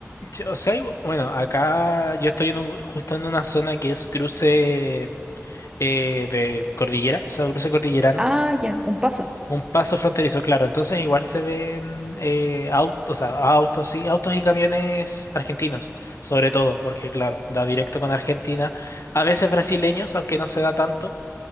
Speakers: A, on the left (about 65°); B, on the right (about 15°).
A: Sí, O sea, hay- bueno, acá yo estoy en un- justo en una zona que es cruce eh, de cordillera, o sea, cruce cordillerano.
B: Ah, ya, un paso.
A: Un paso fronterizo, claro. Entonces igual se ven eh, autos, o sea, autos, sí, autos y camiones argentinos, sobre todo, porque claro, da directo con Argentina. A veces brasileños, aunque no se da tanto.